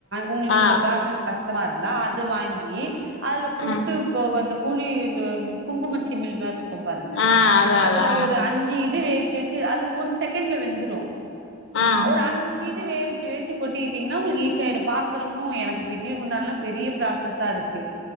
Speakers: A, on the right (about 55°); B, on the left (about 65°).
A: உங்களுக்கு
B: ஆ
A: இந்த பராசஸ் கஷ்ட சுத்தமா இருந்தா அது வாங்கி அதுல புட்டு
B: ம்
A: போ குழி இந்த குங்குமச்சிமீல் மாறி இருக்கும் பாருங்க
B: ஆ அதா
A: அதுல
B: அதா
A: ஒரு அஞ்சு இது வச்சு அது ஒரு செகண்ட்ல வெந்துடும்
B: ஆ
A: ஒரு அஞ்சுது வே வச்சு வச்சி கொட்டிக்கிட்டீங்கன்னா உங்களுக்கு ஈசியாயிடும் பாத்திரமும் எனக்கு இட்லி குண்டான்ல்லாம் பெரிய ப்ராசஸா இருக்கு